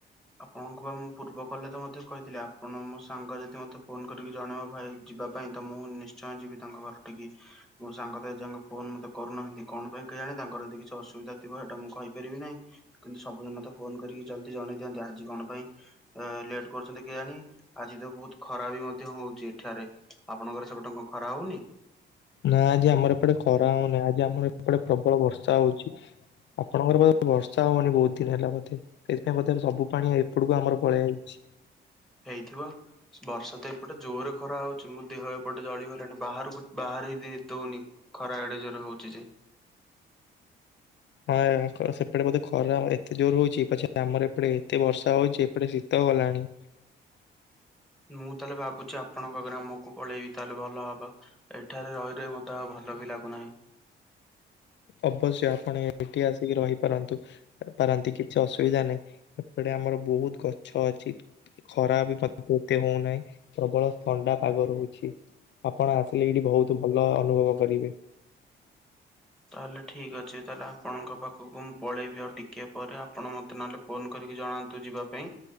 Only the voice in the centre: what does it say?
ଆପଣଙ୍କୁ ବା ମୁଁ ପୂର୍ବ କହଲେ ତ ମଧ୍ୟ କହିଥିଲି ଆପଣ ମୋ ସାଙ୍ଗ ଯଦି ମତେ ଫୋନ କରିକି ଜଣେଇବ ଭାଇ ଯିବା। ପାଇଁ ତ ମୁଁ ନିଶ୍ଚୟ ଯିବି ତାଙ୍କ ଘର ଟିକି। ମୋ ସାଙ୍ଗ ତ ଏଯାକେ ଫୋନ ମୋତେ କରୁନାହାନ୍ତି କଣ ପାଇଁ କେହି ଜାଣ ତାର ଯଦି କିଛି ଅସୁବିଧା ଥିବ ସେଟା ମୁଁ କହିପାରିବି ନାହିଁ। କିନ୍ତୁ ସବୁଦିନ ତ ଫୋନ କରିକି ଜଲଦି ଜଣେଇ ଦିଅନ୍ତି ଆଜି କଣ ପାଇଁ ଲେଟ କରୁଛନ୍ତି କିଏ ଜାଣି। ଆଜି ତ ବହୁତ ଖରାପ ବି ମଧ୍ୟ ହଉଛି ଏଠାରେ ଆପଣଙ୍କର ସେବଟେ କନ ଖରା ହଉନି?
ହେଇଥିବ ବର୍ଷା ତ ଏପଟେ ଜୋରେ ଖରା ହଉଛି ମୋ ଦେହ ଏପଟେ ଜଳିଗଲାଣି ବାହାରକୁ ବାହ ରେଇ ଦଉନି। ଖରା ଆଡେ ଜୋରରେ ହଉଛି ଯେ।
ମୁଁ ତାହେଲେ ଭାବୁଛି ଆପଣଙ୍କ ଗ୍ରାମକୁ ପଳେଇବି ତାହେଲେ ଭଲ ହବ। ଏଠାରେ ରହି ରହି ମତେ ଆଉ ଭଲ ବି ଲାଗୁନାହିଁ।
ତାହେଲେ ଠିକ ଅଛି ତାହେଲେ ଆପଣଙ୍କ ପାଖକୁ ମୁଁ ପଳେଇବି ଆଉ ଟିକେ ପରେ ଆପଣ ମତେ ନହେଲେ। ଫୋନ୍ କରିକି ଜଣାନ୍ତୁ ଯିବା ପାଇଁ